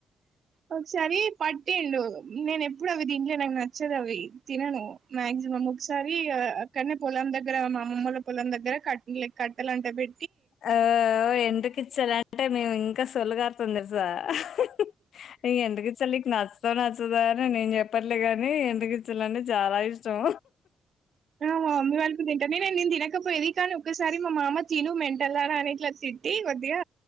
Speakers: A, on the right; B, on the left.
A: ఒక సరి పట్టేండు నేను ఎప్పుడు అవి తిన్లే నాకు నచ్చదు అవి తినను మ్యాక్సిమమ్ ఒకసారి అక్కడనే పొలం దగ్గర మా అమ్మమ్మ వాళ్ళ పొలం దగ్గర కట్ట లై కట్ట అే పె
B: ఆ ఎంటుకు ఇచ్చాల అంటే మేము ఇం సొళ్ళు కారుతుంది తెల్సా సా ఎందూకు చలికి నచ్చ నా సదా అని నేను చెప్పట్లే గాని ఇంటికిచ్చలంటే చాలా ఇష్టం
A: అ మా మామ్మి వాళ్ళ కూడా తిన్ అంటే నేను నేను తినకపోేది కానీ ఒకసారి మా మామ తిను మెంటల్దన్న అని ఇట్లా తిట్టి కొద్దిగా